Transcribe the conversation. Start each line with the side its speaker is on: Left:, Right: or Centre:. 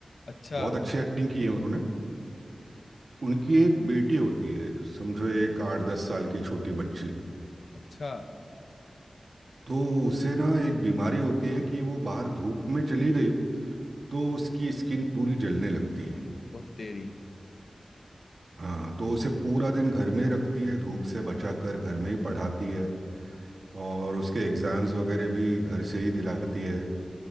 Left: अच्छा
Right: बहुत अच्छी एक्टिंग की है उन्होंने उनकी एक बेटी होती है समझो एक आठ दस साल की छोटी बच्ची
Left: अच्छा
Right: तो उसे ना एक बीमारी होती है कि वो बाहर धूप में चली गई तो उसकी स्किन पूरी जलने लगती है
Left: ओ तेरी
Right: हाँ तो उसे पूरा दिन घर में ही रखती है धूप से बचाकर घर में ही पढ़ाती है और उसके एग्ज़ाम्स वगैरह भी घर से ही दिलाती है